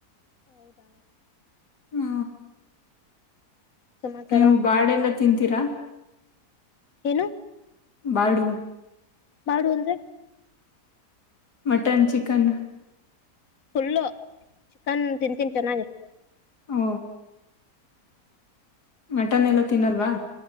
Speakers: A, on the left (about 55°); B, on the left (about 75°).
A: ಹೌದಾ
B: ಹ್ಮ
A: ಸಮಾಚಾರ
B: ನೀವು ಬಾಡೇಲ್ಲಾ ತಿಂತಿ ತೀರಾ
A: ಏನು
B: ಬಾಡು
A: ಬಾಡು ಅಂದ್ರೆ
B: ಮಟನ್ ಚಿಕನ್
A: ಫುಲ್ಲು ಚಿಕನ್ ತಿನ್ತಿನ್ ಚೆನ್ನಾಗಿ
B: ಓ ಮಟನ್ ಎಲ್ಲಾ ತಿನ್ನಲ್ವಾ